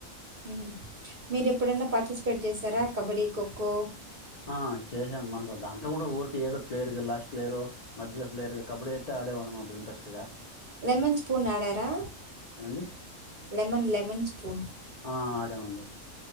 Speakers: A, on the right; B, on the left.
A: హ్మ్ మీరు ఎప్పుడైనా పార్టిసిపేట్ చేసారా కబడ్డీ ఖో ఖో
B: ఆ చేసాం మనకు దాంతో కూడా ఊర్ ఏదో ప్లేయర్గా లాస్ట్ ప్లేయరో మధ్యలో ప్లేయర్గా కబడ్డీ అయితే ఆడేవాళ్ళం అప్పుడు ఇంట్రెస్ట్గా
A: లెమన్ స్పూన్ ఆడారా?
B: ఏమండి
A: లెమన్ లెమన్ స్పూన్
B: ఆ ఆడామండి